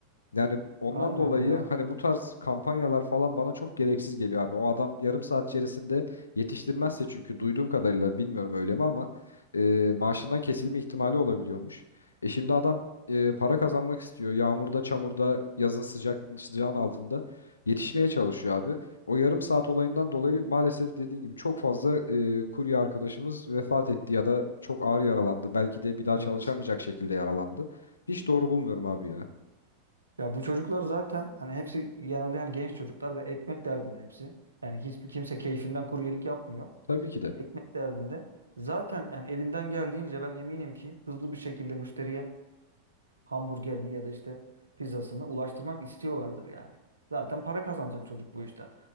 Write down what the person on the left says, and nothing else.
Yani ondan
dolayı
hani bu tarz kampanyalar falan bana çok gereksiz geliyor abi. O adam yarım saat içerisinde yetiştirmezse çünkü duyduğum kadarıyla bilmiyorum öyle mi ama e, maaşından kesilme ihtimali olabiliyormuş. E şimdi adam e, para kazanmak istiyor. Yağmurda, çamurda, yazın sıcak sıcağın altında yetişmeye çalışıyor abi. O yarım saat olayından dolayı maalesef dediğin gibi çok fazla e, kurye arkadaşımız vefat etti ya da çok ağır yaralandı. Belki de bir daha
çalışamayacak şekilde yaralandı. Hiç doğru bulmuyorum abi ya.
Tabii ki de.